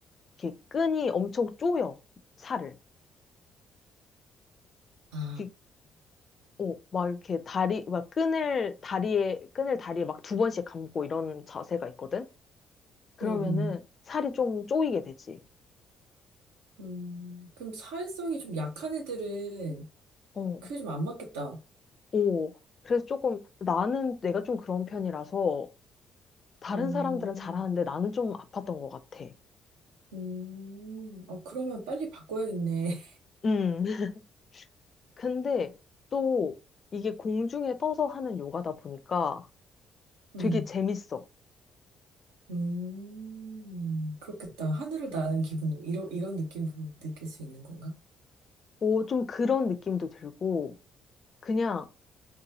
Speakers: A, on the left (about 40°); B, on the right (about 70°).
A: 이렇게 끈이 엄청 쪼여 살을.
B: 아,
A: 그- 어, 막 이렇게 다리 막 끈을 다리에 끈을 다리에 막 두 번씩 감고 이런 자세가 있거든. 그러면은
B: 음, 음.
A: 살이 좀 쪼이게 되지.
B: 음, 그럼 사회성이 좀 약한 애들은
A: 어,
B: 그게 좀 안 맞겠다.
A: 오. 그래서 조금 나는 내가 좀 그런 편이라서 다른
B: 음,
A: 사람들은 잘하는데 나는 좀 아팠던 것 같아.
B: 음, 어, 그러면 빨리 바꿔야겠네.
A: 음, <laughs> 근데 또 이게 공중에 떠서 하는 요가다 보니까
B: <laughs> 음,
A: 되게 재밌어.
B: 음, 그렇겠다. 하늘을 나는 기분, 이런, 이런 느낌도 느낄 수 있는 건가?
A: 오, 좀 그런 느낌도 들고 그냥